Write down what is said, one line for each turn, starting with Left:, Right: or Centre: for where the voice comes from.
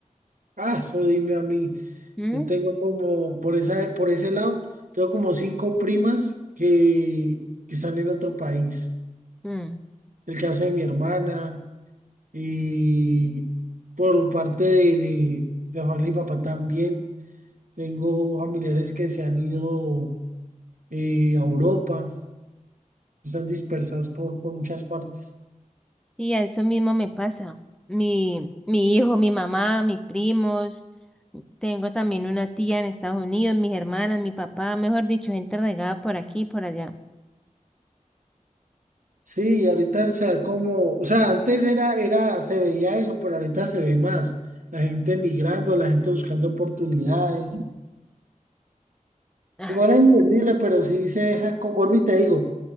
Right: Ah, eso dime a mí,
Centre: Mm,
Right: yo tengo como, por esa, por ese lado, tengo como cinco primas que, que están en otro país.
Centre: mm.
Right: El caso de mi hermana. Y por parte de, de, de mamá y papá también, tengo familiares que se han ido eh, a Europa, están dispersados por, por muchas partes.
Centre: Y a eso mismo me pasa. Mi, mi hijo, mi mamá, mis primos, tengo también una tía en Estados Unidos, mis hermanas, mi papá, mejor dicho, gente regada por aquí y por allá.
Right: Sí, ahorita o sea, como, o sea, antes era, era, se veía eso, pero ahorita se ve más. La gente migrando, la gente buscando oportunidades.
Centre: Ah,
Right: Igual es entendible, pero sí se deja, con, vuelvo y te digo,